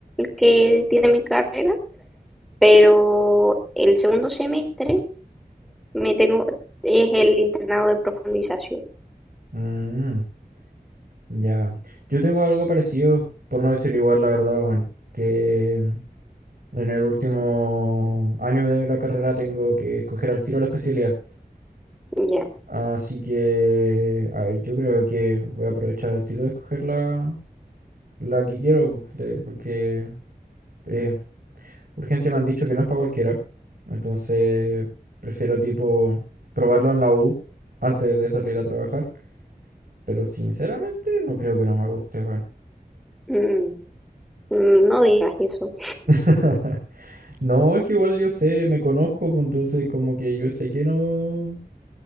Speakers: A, in the centre; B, on the right (about 65°).
A: que tiene mi carrera Pero el segundo semestre me tengo, es el internado de profundización.
B: Mm, ya. Yo tengo algo parecido, por no decir igual, la verdad, bueno, que En el último año de la carrera tengo que escoger al tiro la especialidad.
A: Ya.
B: Así que a ver, yo creo que voy a aprovechar al tiro de escoger la, la que quiero, de- porque eh, urgencia me han dicho que no es para cualquiera. Entonces prefiero tipo probarlo en la U antes de salir a trabajar. Pero sinceramente no creo que no me guste, weón.
A: Mm, mm, no digas eso.
B: <laughs> No, es que igual yo sé, me conozco, pues entonces como que yo sé que no,